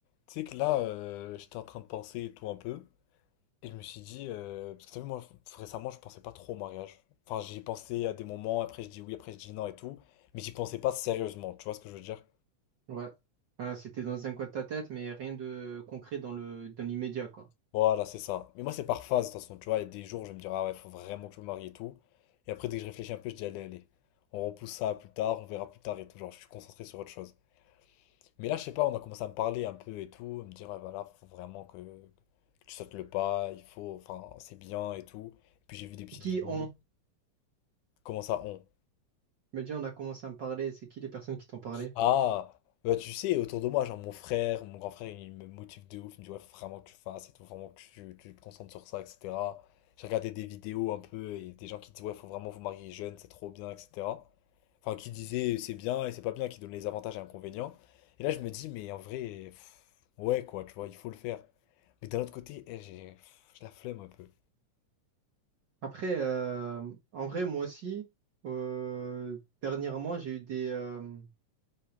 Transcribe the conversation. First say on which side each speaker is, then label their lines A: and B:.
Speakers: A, on the left (about 85°); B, on the right (about 55°).
A: Tu sais que là, euh, j'étais en train de penser et tout un peu, et je me suis dit, euh, parce que t'as vu, moi, f- récemment, je pensais pas trop au mariage. Enfin, j'y ai pensé à des moments, après je dis oui, après je dis non et tout, mais j'y pensais pas sérieusement, tu vois ce que je veux dire?
B: Ouais. Enfin, c'était dans un coin de ta tête, mais rien de concret dans le dans l'immédiat, quoi.
A: Voilà, c'est ça. Mais moi, c'est par phase, de toute façon, tu vois, il y a des jours où je vais me dire, ah ouais, faut vraiment que je me marie et tout, et après, dès que je réfléchis un peu, je dis, allez, allez, on repousse ça à plus tard, on verra plus tard et tout, genre, je suis concentré sur autre chose. Mais là, je sais pas, on a commencé à me parler un peu et tout, à me dire, ah, voilà, faut vraiment que, que tu sautes le pas, il faut, enfin, c'est bien et tout. Et puis j'ai vu des petites
B: Et qui
A: vidéos.
B: ont?
A: Comment ça, on?
B: Je me dis, on a commencé à me parler, c'est qui les personnes qui t'ont parlé?
A: Ah, bah, tu sais, autour de moi, genre mon frère, mon grand frère, il me motive de ouf, il me dit, ouais, faut vraiment que tu fasses et tout, vraiment que tu, tu te concentres sur ça, etc. J'ai regardé des vidéos un peu et des gens qui disent, ouais, faut vraiment vous marier jeune, c'est trop bien, etc. Enfin, qui disait c'est bien et c'est pas bien, qui donne les avantages et inconvénients. Et là, je me dis, mais en vrai, pff, ouais, quoi, tu vois, il faut le faire. Mais d'un autre côté, eh, j'ai pff, j'ai la flemme un peu.
B: Après, euh, en vrai, moi aussi, euh, dernièrement, j'ai eu des, euh,